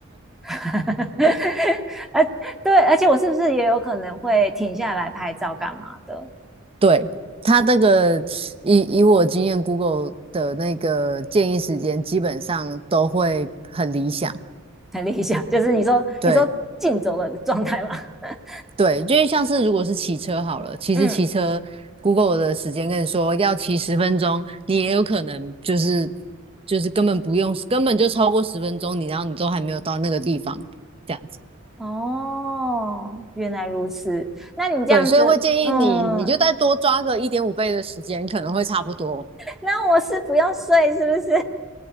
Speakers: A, in the centre; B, on the right (about 25°).
A: <laughs> 而对，而且我是不是也有可能会停下来拍照干嘛的？
B: 对，它那个以以我经验，Google 的那个建议时间基本上都会很理想。
A: <laughs> 很理想，就是你说你说竞走的状态嘛。
B: 对
A: <laughs>
B: 对，就是像是如果是骑车好了，其实骑车
A: 嗯，
B: Google 的时间跟你说要骑十分钟，你也有可能就是就是根本不用，根本就超过十分钟，你然后你都还没有到那个地方，这样子。
A: 哦，原来如此。那你这样子，
B: 对，所以会建议你，
A: 嗯，
B: 你就再多抓个一点五倍的时间，可能会差不多。
A: 那我是不用睡，是不是？